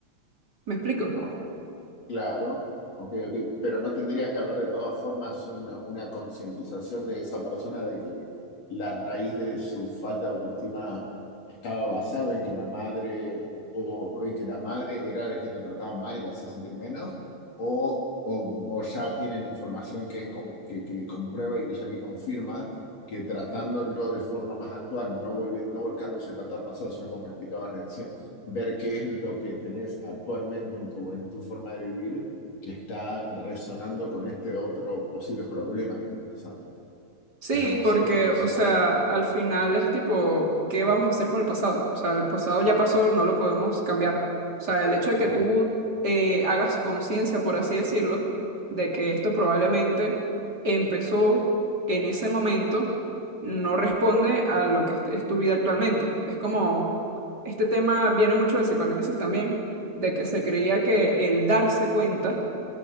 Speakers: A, on the right (about 35°); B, on the left (about 60°).
A: ¿Me explico?
B: está. Claro, ok, ok, pero no tendría que haber de todas formas una, una concientización de esa persona de que la raíz de su falta de autoestima estaba basado en que la madre o en que la madre era la quien la trataba mal y la hacía sentir menos, o, o, o ya tienen información que es con- que, que comprueba y que ya que confirma que tratándolo de forma más actual, no volvi- no volcándose tanto al pasado, sino como me explicabas recién ver qué es lo que tenés actualmente en tu, en tu forma de vivir que está resonando con este otro posible problema que tenías antes.
A: Sí,
B: ¿Es algo
A: porque,
B: así como lo están
A: o
B: haciendo
A: sea,
B: ahora?
A: al final es tipo, ¿qué vamos a hacer con el pasado? O sea, el pasado ya pasó, no lo podemos cambiar. O sea, el hecho de
B: Claro.
A: que tú eh, hagas conciencia, por así decirlo, de que esto probablemente empezó en ese momento, no responde a lo que es es tu vida actualmente. Es como, este tema viene mucho del psicoanálisis también, de que se creía que el darse cuenta